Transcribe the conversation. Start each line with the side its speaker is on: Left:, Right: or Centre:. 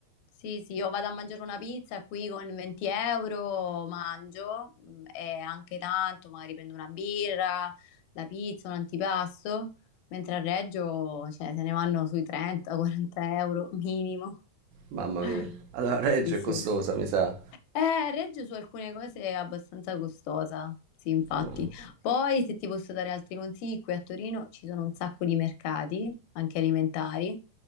Left: sì, sì, io vado a mangiare una pizza qui con 20 euro, mangio mh, e anche tanto, magari prendo una birra, la pizza, un antipasto, mentre a Reggio, cioè, se ne vanno sui 30-40 euro minimo.
Right: Mamma
Left: <laughs>
Right: mia. Allora, Reggio
Left: Sì, sì.
Right: è costosa, mi sa.
Left: Eh, Reggio su alcune cose è abbastanza costosa, sì, infatti.
Right: No.
Left: Poi, se ti posso dare altri consigli, qui a Torino ci sono un sacco di mercati, anche alimentari,